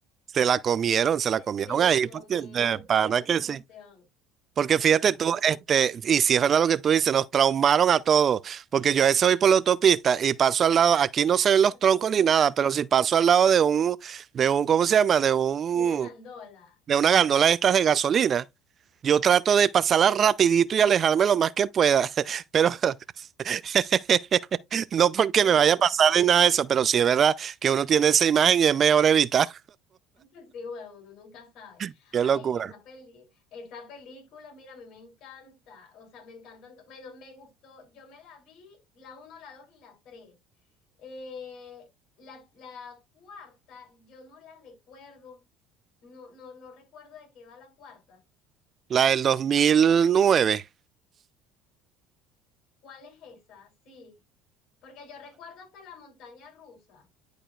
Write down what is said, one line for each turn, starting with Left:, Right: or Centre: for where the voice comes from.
Right: Se la comieron,
Left: <laughs>
Right: se
Left: se,
Right: la comieron
Left: se la
Right: ahí,
Left: comieron
Right: porque de pana
Left: con esa
Right: que
Left: promoción,
Right: sí. Porque fíjate
Left: me
Right: tú,
Left: encanta,
Right: este, y si es verdad lo que tú dices, nos traumaron a todos, porque yo a veces voy por la autopista y paso al lado, aquí no se ven los
Left: <laughs>
Right: troncos ni nada, pero si paso al lado de un, de un, ¿cómo se llama? De un,
Left: de una gandola,
Right: de una gandola de estas de gasolina, yo trato de pasarla rapidito y alejarme lo más que pueda, <laughs> pero <laughs> no porque
Left: mira.
Right: me vaya a pasar ni nada de eso, pero sí es verdad que uno tiene esa imagen y es mejor evitar.
Left: <laughs> Sí, bueno, uno nunca sabe.
Right: <laughs> Qué
Left: Ay,
Right: locura.
Left: esa peli, esa película, mira, a mí me encanta. O sea, me encantan. to- Bueno, me gustó. Yo me la vi, la uno, la dos y la tres. Eh, la, la cuarta, yo no la recuerdo. No, no, no recuerdo de qué va la cuarta.
Right: La del 2009.
Left: ¿Cuál es esa? Sí. Porque yo recuerdo hasta la montaña rusa.